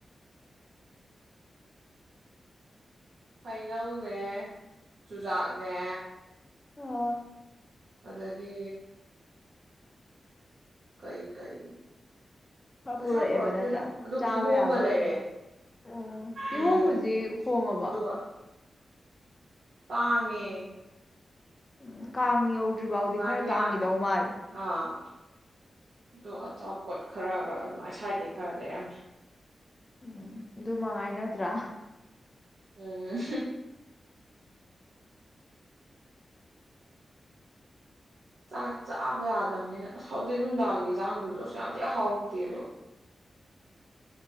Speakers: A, on the right; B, on the left.
A: ꯍꯩꯅꯧꯅꯦ ꯆꯨꯖꯥꯛꯅꯦ
B: ꯑꯣ
A: ꯑꯗꯒꯤ ꯀꯩ ꯀꯩ
B: ꯈꯔ
A: ꯀꯩꯁꯨ
B: ꯄꯨꯔꯛꯑꯦꯕ
A: ꯌꯥꯝ ꯄꯨꯔꯛꯇꯦꯗ
B: ꯅꯠꯇ꯭ꯔꯥ
A: ꯑꯗꯣ
B: ꯆꯥꯕ
A: ꯀꯤꯍꯣꯝꯒ
B: ꯌꯥꯕꯒꯩ
A: ꯂꯩꯔꯦ
B: ꯎꯝ ꯀꯤꯍꯣꯝ
A: ꯎꯝ
B: ꯍꯧꯖꯤꯛ ꯍꯣꯡꯉꯕꫭ
A: ꯑꯗꯨꯒ ꯇꯥꯡꯉꯦ
B: ꯎꯝ ꯀꯥꯡ ꯌꯧꯗ꯭ꯔꯤ ꯕꯥꯎꯗꯤ
A: ꯉꯥꯔꯤꯌꯥꯟ
B: ꯈꯔ ꯇꯥꯡꯒꯤꯗꯧ ꯃꯥꯜꯂꯦ
A: ꯑꯥ ꯑꯗꯣ ꯑꯆꯥꯄꯣꯠ ꯈꯔꯒ ꯑꯗꯨꯃꯥꯏꯅ ꯁꯋꯥꯏꯗꯩ ꯈꯔ ꯂꯩꯔꯝꯃꯦ
B: ꯎꯝ ꯑꯗꯨ ꯃꯉꯥꯏ ꯅꯠꯇ꯭ꯔꯥ
A: ꯎꯝ ꯆꯥꯛ ꯆꯥꯕ ꯌꯥꯗꯕꯅꯤꯅ ꯑꯁ ꯍꯧꯖꯤꯛ ꯅꯨꯡꯗꯥꯡꯒꯤ ꯏꯖꯥꯡꯗꯨꯁꯨ ꯌꯥꯝꯊꯤ ꯍꯥꯎꯇꯦꯕ